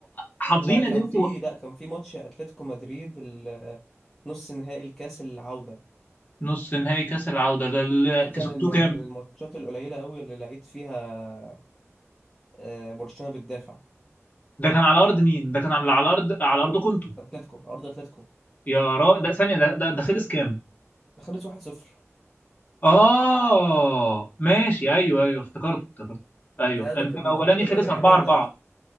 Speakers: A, on the left; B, in the centre.
A: حافظين
B: لا كان
A: ان انتوا
B: في لا كان في ماتش اتلتيكو مدريد ال- نص نهائي الكاس العودة
A: نص نهائي كاس العوده ده اللي
B: ده كان
A: كسبتوه
B: الم-
A: كام
B: من الماتشات القليلة قوي اللي لقيت فيها آه، برشلونة بتدافع
A: ده كان على ارض مين ده كان على على ارض على ارضكم انتوا
B: اتلتيكو ارض اتلتيكو
A: يا را ده ثانية ده ده, ده خلص كام؟
B: دخلت 1-0
A: آه ماشي أيوه أيوه افتكرته افتكرته أيوه
B: ده ده
A: أنت
B: كان
A: الأولاني
B: من الماتشات القليلة
A: خلص 4 4
B: اللي شفت